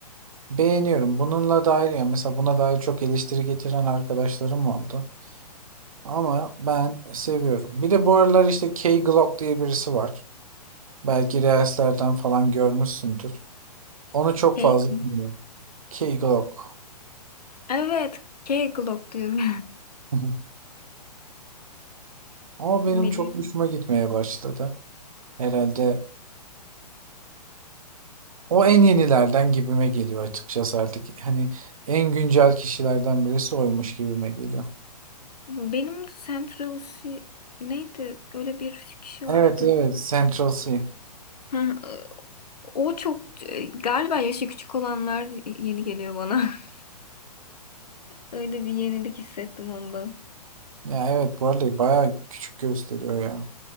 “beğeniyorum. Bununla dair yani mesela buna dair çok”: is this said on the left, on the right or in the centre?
Right